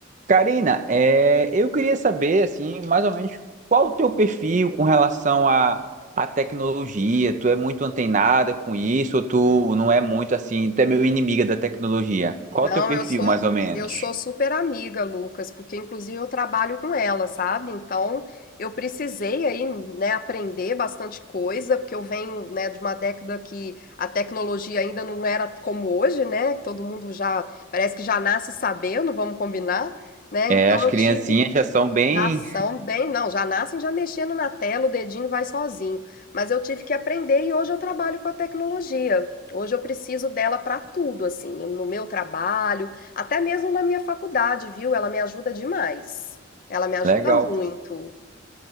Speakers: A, on the right; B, on the left.
A: Karina, é, eu queria saber, assim, mais ou menos, qual o teu perfil com relação à à tecnologia? Tu é muito antenada com isso ou tu não é muito, assim, tu é meio inimiga da tecnologia? Qual
B: Não,
A: o teu perfil,
B: eu sou
A: mais ou menos?
B: eu sou super amiga, Lucas, porque inclusive eu trabalho com ela, sabe? Então, eu precisei aí, né, aprender bastante coisa, porque eu venho, né, de uma década que a tecnologia ainda não era como hoje, né? Todo mundo já parece que já nasce sabendo, vamos combinar, né? Então,
A: É, as
B: eu
A: criancinhas
B: tive
A: já são bem...
B: Já são bem, não, já nascem já mexendo na tela, o dedinho vai sozinho. Mas eu tive que aprender e hoje eu trabalho com a tecnologia. Hoje eu preciso dela para tudo, assim, no meu trabalho, até mesmo na minha faculdade, viu? Ela me ajuda demais. Ela me ajuda
A: Legal.
B: muito.